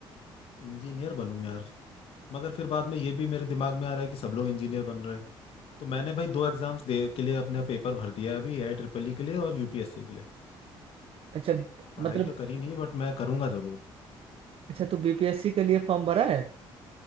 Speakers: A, on the left (about 65°); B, on the right (about 65°).
A: इंजीनियर बनूँ यार मगर फिर बाद में ये भी मेरे दिमाग में आ रहा है कि सब लोग इंजीनियर बन रहे हैं तो मैंने भाई दो एग्जाम्स दे के लिए अपना पेपर भर दिया है अभी एआई ट्रिपल ई के लिए और यूपीएससी के लिए
B: अच्छा
A: पढ़ाई
B: मतलब
A: तो करी नहीं बट मैं करूंगा जरूर
B: अच्छा तू बीपीएससी के लिए फॉर्म भरा है